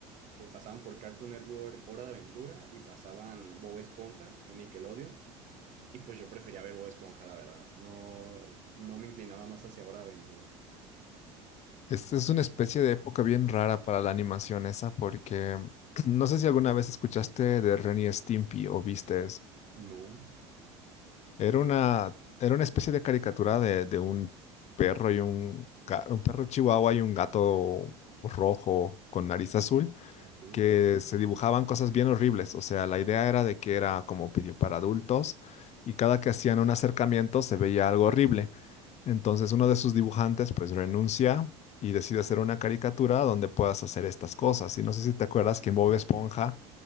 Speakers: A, on the right; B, on the left.
A: que pasaban por Cartoon Network Hora de Aventura y pasaban Bob Esponja en Nickelodeon, y pues yo prefería ver Bob Esponja, la verdad. No, no me inclinaba más hacia Hora de Aventura.
B: Es, es una especie de época bien rara para la animación esa porque <clears throat> no sé si alguna vez escuchaste de Ren y Stimpy o viste eso.
A: No,
B: Era
A: ¿qué
B: una,
A: era?
B: era una especie de caricatura de, de un perro y un, ga- un perro chihuahua y un gato rojo con nariz azul.
A: Ok.
B: que se dibujaban cosas bien horribles. O sea, la idea era de que era como video para adultos y cada que hacían un acercamiento se veía algo horrible. Entonces uno de sus dibujantes pues renuncia y decide hacer una caricatura donde puedas hacer estas cosas. Y no sé si te acuerdas que en Bob Esponja